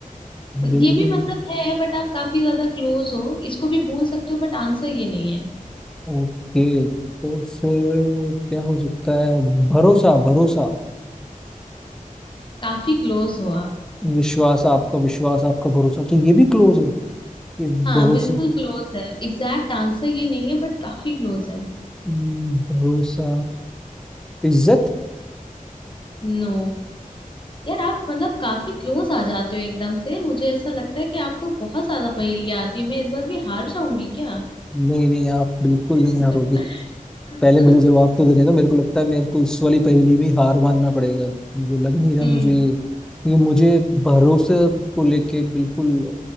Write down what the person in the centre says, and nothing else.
दिल
भी नहीं
ओके तो फिर क्या हो सकता है भरोसा भरोसा
विश्वास आपका विश्वास आपका भरोसा तो ये भी क्लोज है ये
भरोसे
हम्म, भरोसा इज्जत
नहीं नहीं आप बिल्कुल
नहीं हारोगे पहले मुझे जवाब तो देने दो मेरे को लगता है मेरे को इस वाली पहेली में हार मानना पड़ेगा मुझे लग नहीं रहा
मुझे क्योंकि मुझे भरोसे को लेके बिल्कुल